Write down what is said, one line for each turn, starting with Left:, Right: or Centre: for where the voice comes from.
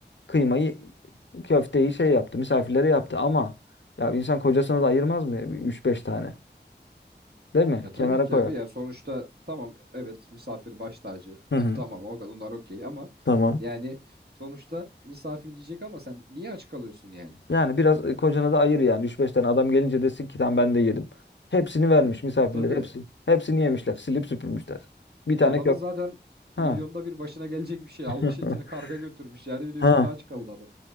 Left: Kıymayı, köfteyi şey yaptı. Misafirlere yaptı ama ya insan kocasına da ayırmaz mı? 3-5 tane. Değil mi?
Right: Ya tabii
Left: Kenara
Right: ki
Left: koyar.
Right: abi. Yani sonuçta tamam evet misafir baş tacı. <laughs>
Left: Hı hı.
Right: Eh, tamam o kadınlar okey ama
Left: Tamam.
Right: yani sonuçta misafir diyecek ama sen niye aç kalıyorsun yani?
Left: Yani biraz e, kocana da ayır yani. üç 5 tane adam gelince desin ki tamam ben de yedim. Hepsini vermiş
Right: Ya,
Left: misafirler
Right: tabii.
Left: hepsi. Hepsini yemişler. Silip süpürmüşler. Bir tane
Right: Adamın
Left: köfte.
Right: zaten milyonda
Left: Ha.
Right: bir başına gelecek bir şey. Almış
Left: <laughs>
Right: etini karga götürmüş. Yani bir de
Left: Ha.
Right: üstüne aç kaldı adam.